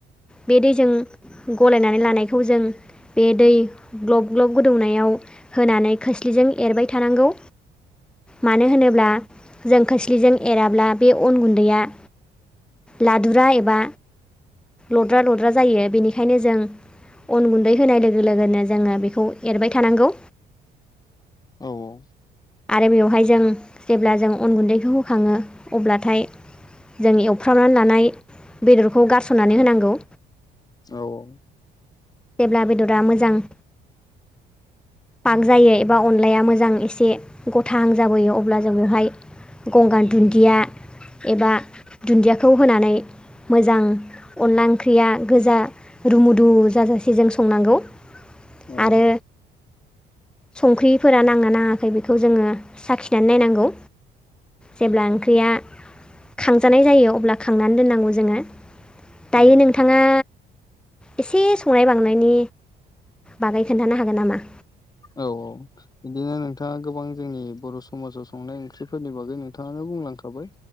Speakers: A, in the centre; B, on the left (about 20°).
A: बे दैजों गलायनानै लानायखौ जों बे दै ग्लब ग्लब गोदौनायाव होनानै खोस्लिजों एरबाय थानांगौ। मानो होनोब्ला जों खोस्लिजों एराब्ला बे अन गुन्दैया लादुरा एबा लद्रा लद्रा जायो बेनिखायनो जों अन गुन्दै होनाय लोगो लोगोनो जोङो बेखौ एरबाय थानांगौ।
B: औ औ
A: आरो बेवहाय जों जेब्ला जों अन गुन्दैखौ होखाङो अब्लाथाय जों एव फ्रामनानै लानाय बेदरखौ गारस'ननानै होनांगौ।
B: औ औ
A: जेब्ला बेदरा मोजां पक जायो एबा अनलाया मोजां एसे गथाहां जाबोयो अब्ला जोङोहाय गंगार दुन्दिया एबा दुन्दियाखौ होनानै मोजां अनला ओंख्रिया गोजा रुमुदु जाजासे जों संनांगौ।
B: औ
A: आरो संख्रिफोरा नांना नाङाखै बे खौ जोङो साखिनानै नायनांगौ जेब्ला ओंख्रिया खांजानाय जायो अब्ला खांनानै दोननांगौ जोङो दायो
B: औ
A: नोंथाङा एसे संनाय बांनायनि बागै खोन्थानो नामा?
B: औ औ इदिनो नोंथाङा गोबां जोंनि बर' समाजाव संनाय ओंख्रिफोरनि बागै नोंथाङानो बुंलांखाबाय।